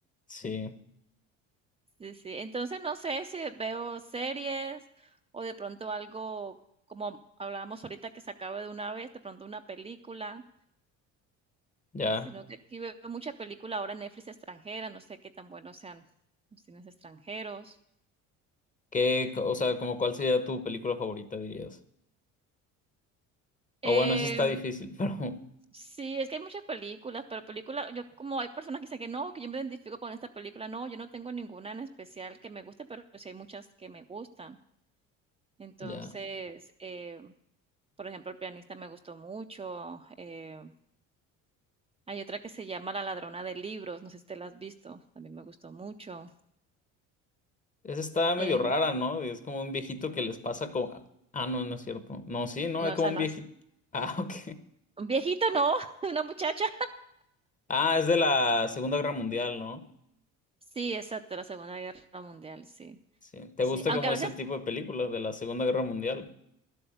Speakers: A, on the left (about 25°); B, on the right (about 15°).
A: sí,
B: Sí, sí. Entonces no sé si veo series o de pronto algo como hablábamos ahorita que se acabe de una vez, de pronto una película.
A: ya.
B: Sino que aquí veo mucha película ahora en Netflix extranjera, no sé qué tan buenos sean los cines extranjeros.
A: ¿Qué, o sea, como cuál sería tu película favorita, dirías? O
B: Em,
A: bueno, esa está difícil, <laughs> pero
B: sí, es que hay muchas películas, pero película yo como hay personas que dicen que no, que yo me identifico con esta película, no, yo no tengo ninguna en especial que me guste, pero sí hay muchas que me gustan. Entonces,
A: ya.
B: eh, por ejemplo, El pianista me gustó mucho. eh, hay otra que se llama La ladrona de libros, no sé si te la has visto, también me gustó mucho.
A: Esa está medio
B: Eh,
A: rara, ¿no? Es como un viejito que les pasa como... Ah, ah, no, no es cierto. No, sí, no,
B: no,
A: es
B: o
A: como
B: sea
A: un
B: no
A: viejito.
B: es.
A: Ah, <laughs> ok.
B: Un viejito, no, <laughs> una muchacha.
A: Ah, es de la Segunda Guerra Mundial, ¿no?
B: Sí, exacto, la Segunda Guerra Mundial, sí.
A: Sí. ¿Te
B: Sí,
A: gusta
B: aunque
A: como
B: a veces
A: ese tipo de películas de la Segunda Guerra Mundial?